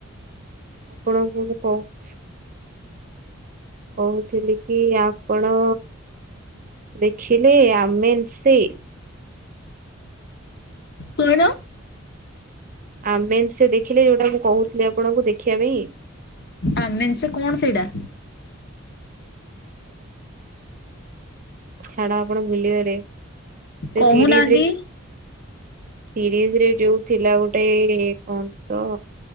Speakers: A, on the right; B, on the left.
A: ଆପଣଙ୍କୁଁ ମୁଁ କହୁଛି। କହୁଥିଲି କି ଆପଣ? ଦେଖିଲେ ଆମେନ୍ ସି
B: କଣ?
A: ଆମେନ୍ସି ଦେଖିଲେ ଯୋଉଟା ମୁଁ କହୁଥିଲି ଆପଣଙ୍କୁ ଦେଖିବା ପାଇଁ।
B: ଆମେନ୍ସି କଣ ସେଇଟା?
A: ଛାଡ ଆପଣ ଭୁଲିଗଲେ ସେ
B: କହୁନାହାନ୍ତି
A: ସିରିଜରେ ସିରିଜରେ ଯୋଉ ଥିଲା ଗୋଟେ କଣ ତ?